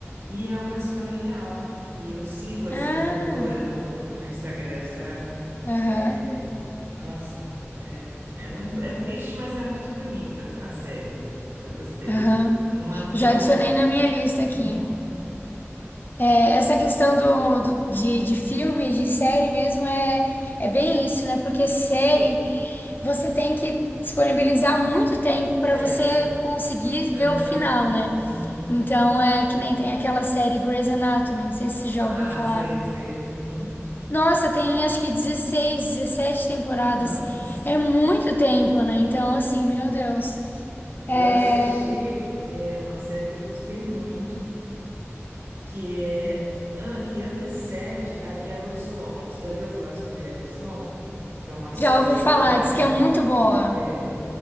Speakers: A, on the right; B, on the left.
A: e é uma história real. E eu sigo essa
B: Ah,
A: escritora no, no Instagram, sabe?
B: aham.
A: É, nossa, é, é muito, é triste, mas é muito bonita a série. Eu gostei.
B: Aham.
A: E não é muito
B: Já
A: longa.
B: adicionei na minha lista aqui.
A: Uhum,
B: É, essa questão do, do- de, de filme, de série mesmo, é, é bem isso, né? Porque série, você tem que disponibilizar muito tempo para
A: é,
B: você conseguir
A: uhum,
B: ver o final, né?
A: uhum.
B: Então, é que nem tem aquela série Grey's Anatomy, não sei se você já
A: Ah,
B: ouviu falar.
A: sei, sei. Uhum.
B: Nossa, tem acho que 16 17 temporadas.
A: <laughs> Nossa,
B: É muito tempo, né? Então, assim, meu Deus. É,
A: eu assisti é, uma série que eu gostei muito. que é an- que antecede a Yellowstone. Você já viu falar sobre Yellowstone? Que é uma série
B: já ouvi
A: de faroeste?
B: falar, diz que é muito boa.
A: É.